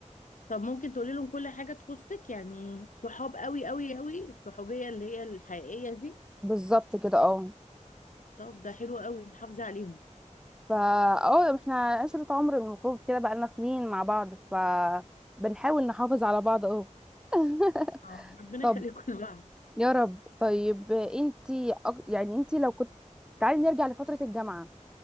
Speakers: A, on the left; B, in the centre.
A: طب ممكن تقولي لهم كل حاجة تخصك يعني صحاب قوي قوي قوي الصحوبية اللي هي الحقيقية دي
B: بالظبط كده اه
A: طب ده حلو قوي حافظي عليهم
B: فا اه احنا عشرة عمر المفروض كده بقالنا سنين مع بعض ف بنحاول نحافظ على بعض اهو <laughs>
A: اه ربنا
B: طب
A: يخليكم <laughs> لبعض
B: يا رب طيب انتي أك- يعني انتي لو كنت تعالي نرجع لفترة الجامعة